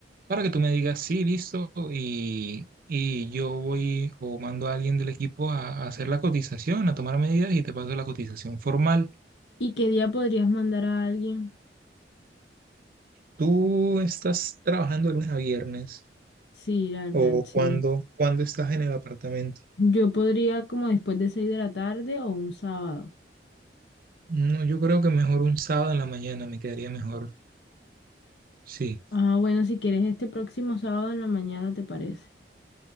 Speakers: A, on the right; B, on the left.
A: para que tú me digas, sí, listo, y, y yo voy o mando a alguien del equipo a, a hacer la cotización, a tomar medidas y te paso la cotización formal.
B: ¿Y qué día podrías mandar a alguien?
A: ¿Tú estás trabajando de lunes a viernes
B: Sí, la verdad,
A: o
B: sí.
A: cuándo, cuándo estás en el apartamento?
B: Yo podría como después de seis de la tarde o un sábado.
A: No, yo creo que mejor un sábado en la mañana me quedaría mejor. Sí,
B: Ah, bueno, si quieres este próximo sábado en la mañana, ¿te parece?